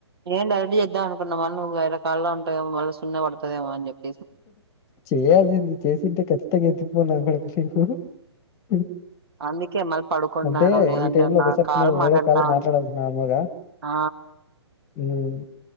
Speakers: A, on the right; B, on the left.
A: నేను డైరెక్ట్ చేద్దామనుకున్న చేద్దాం మల్ల నువ్వు వేరే కాల్లో ఉంటావేమో మళ్ళీ సున్నె పడతాడేమో అని చెప్పి
B: చేయాల్సింది చేసింటే ఖచ్చితంగా <unintelligible> లేకు
A: అందుకే మళ్ళీ పడుకున్నాడో
B: అంటే
A: లేదంటే
B: ఈ టైమ్ లో
A: నా
B: ఒకోసారి
A: కాల్
B: నేను వేరే
A: మాట్లాడతా
B: కాల్లో మాట్లాడాల్సి
A: ఉన్-
B: నార్మల్ గా
A: ఆ
B: మ్మ్